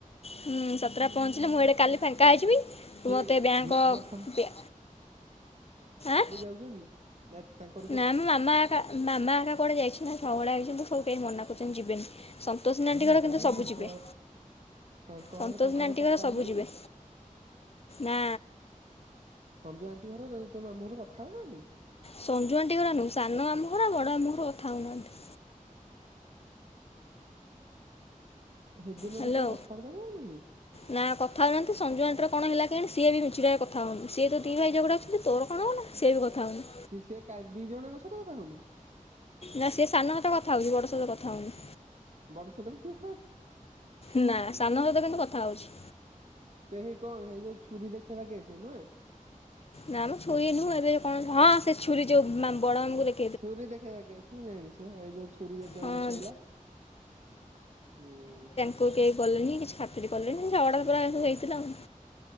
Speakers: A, on the left (about 45°); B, on the right (about 55°).
A: ସାତଟାରେ ପହଞ୍ଚିଲେ ମୁଁ ଏଡେ କାଲି ଫାଙ୍କା ହେଇଯିବି।
B: କିଏ
A: ତୁ ମତେ
B: କିଏ
A: ବ୍ୟାଙ୍କ
B: ମାମା ଫାମ୍
A: ବ୍ୟା, ଆଁ?
B: ଉଛନ୍ତି। ନାଇ ତାଙ୍କ
A: ନା ମଁ ମାମା ଏକା ମାମା ଏକା କୁଆଡେ ଯାଇଛନ୍ତି। ନା ସବୁଉଡା ଆଇଛନ୍ତି ସବୁ କେହି ମନା କରୁଛନ୍ତି ଯିବେନି। ସନ୍ତୋଷ ନାଁଟି ଘର
B: ମାନେ
A: କିନ୍ତୁ ସବୁ
B: ତାଙ୍କ
A: ଯିବେ।
B: ତାଙ୍କ
A: ସନ୍ତୋଷ
B: ଘର ତାଙ୍କ ଘର
A: ଆଣ୍ଟିିଙ୍କର
B: କଥା
A: ସବୁ
B: ହଉନାହାନ୍ତି?
A: ଯିବେ ନା।
B: ସଞ୍ଜୁ ଆଣ୍ଟି ଘର ତୋ ମାମୁଁ ଘର କଥା ହଉନାହାନ୍ତି?
A: ସଞ୍ଜୁ ଆଣ୍ଟି ଘର ନୁହଁ, ସାନ ମାମୁ ଘର ବଡ଼ ମାମୁଁ ଘର କଥା ହେଉନାହାନ୍ତି।
B: ହେଦିନ
A: ହ୍ୟାଲୋ।
B: ଠୁ ସେ ଆଉ କଥାବାର୍ତ୍ତା କରୁନାହାନ୍ତି?
A: ନା କଥା ହଉନାହାନ୍ତି ସଞ୍ଜୁ ଆଣ୍ଟୀର କଣ ହେଲା କେଜାଣି ସିଏ ବି ମିଛିଟା ରେ କଥା ହଉନି, ସିଏ ତ ଦି ଭାଇ ଝଗଡ଼ା ହୋଊଛନ୍ତି ତୋର କଣ ଗଲା। ସେ ବି କଥା ହେଉନି।
B: ସେ ସେ କା ଦି ଜଣଙ୍କ ସହିତ କଥା ହଉନି?
A: ନା ସେ ସାନ ସହିତ କଥା ହଉଛି ବଡ ସହିତ କଥା ହଉନି।
B: ବଡ ସହିତ ବି କଥା ହଉନି?
A: ନା ସାନ ସହିତ କିନ୍ତୁ କଥା ହଉଛି।
B: ପେହୀ କଣ ହେଇ ଯୋଉ ଛୁରୀ ଦେଖେଇବା କେଶ୍ ନୁହେଁ?
A: ନାମ ଛୁରୀ ନୁଁହେଁ ଏବେ କଣ ହଁ ସେ ଛୁରୀ ଯୋଉ ମା ବଡ ମାମୁଙ୍କୁ ଦେ
B: ଛୁରୀ ଦେଖେଇବା କେଶ୍, ମୁଁ ଜାଣିଛି ବା ଏଇ ଯୋଉ ଛୁ ଛୁରୀ ଯେତେବେଳେ
A: ହଁ
B: ଦେଖେଇଲା, ହୁଁ।
A: କୁ କେହି ଗଲେନି କିଛି ଖାତିରି କଲେନି ଝଗଡା ତ ପୂରା ହେଇଚି।